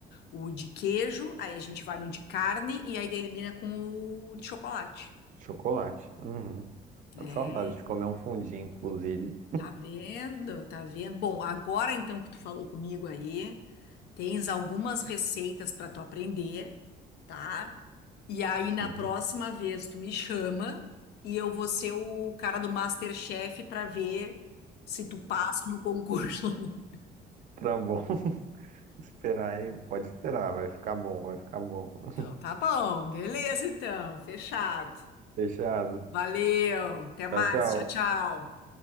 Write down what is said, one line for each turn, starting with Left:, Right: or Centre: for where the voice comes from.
Left: o, o de queijo, aí a gente vai no de carne e aí termina com o de chocolate.
Right: Chocolate. Uhum.
Left: É,
Right: É Saudade de comer um fundi, inclusive.
Left: Tá vendo? Tá vendo? Bom, agora então que tu falou comigo aí, tens algumas receitas para tu aprender, tá? E aí
Right: Sim,
Left: na próxima vez tu me chama e eu vou ser o cara do MasterChef para ver se tu passa no concurso. ou não.
Right: tá bom. <laughs> Esperar aí, pode esperar, vai ficar bom, vai ficar bom. <laughs>
Left: Então, tá bom, beleza então, fechado.
Right: Fechado.
Left: Valeu, até mais,
Right: Tchau, tchau.
Left: tchau, tchau.